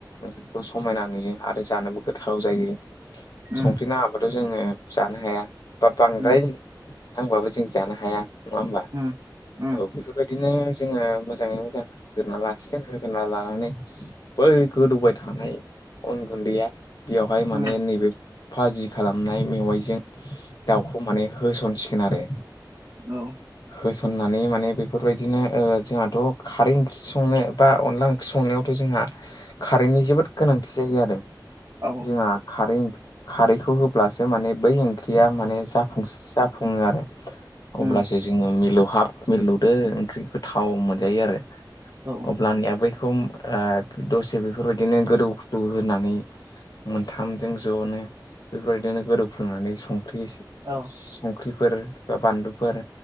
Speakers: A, on the left (about 55°); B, on the right (about 45°).
A: ओंख्रिखौ समायना नुयो आरो जानोबो गोथाव जायो।
B: उम
A: संख्रिनि आबादाव जोंङो जानो हाया बा बांद्राय
B: उम
A: नांबाबो जों जानो हाया नंङा होमबा
B: उम उम
A: औ बेफोरबायदिनो जोंङो मोजांङै मोजां होगोरा लासिगोन होग्रना लानानै बै गोदौबाय थानाय अन गुन्दैया बेवहाय माने
B: उम
A: नैबे फाजि खालामनाय मेवाइजों दाउखौ माने होसनसिगोन आरो
B: औ
A: होसननानै माने बेफोरबायदिनो जोंहाथ' खारै ओंख्रि संनो बा अनला ओंख्रि संनायावथ' जोंहा कारेन्टनि जोबोद गोनांथि जायो आरो
B: औ
A: जोंहा खारै खारैखौ होब्लासो माने बै ओंख्रिया माने जाफुंसा जाफुंङो आरो
B: उम
A: अब्लासो जोंङो मिलौहाब मिललौदो ओंख्रि गोथाव मोनजायो आरो
B: औ
A: अब्लानिया बैखौ दसे बेफोरबायदिनो गोदौ फुदौ होनानै मोनथामजों जनो बेफोरदिनो गोदौफोंनानै संख्रि
B: औ
A: ओंख्रिफोर बा बानलुफोर